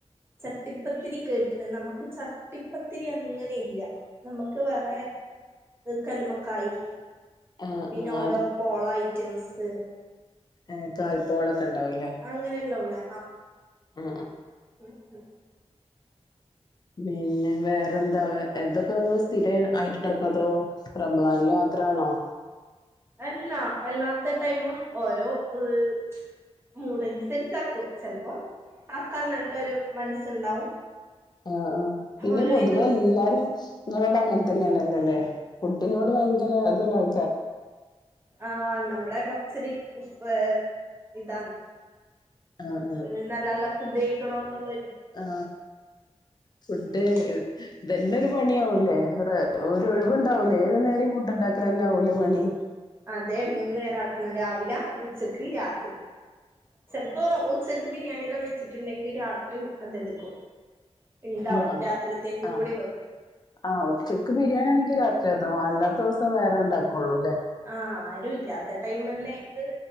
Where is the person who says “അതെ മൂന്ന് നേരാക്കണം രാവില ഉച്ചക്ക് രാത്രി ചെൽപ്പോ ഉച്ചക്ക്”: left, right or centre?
Right